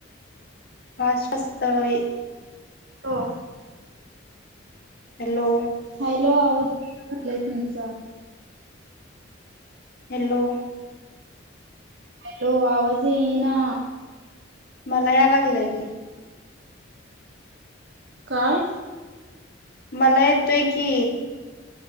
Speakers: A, on the left; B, on the right.
A: पाच असतय
B: हो
A: हॅलो,
B: हॅलो आवाज झालाय तुमचा
A: हॅलो,
B: हॅलो आवाज येईना,
A: मला या लागलंय की,
B: काय
A: मला येतय की,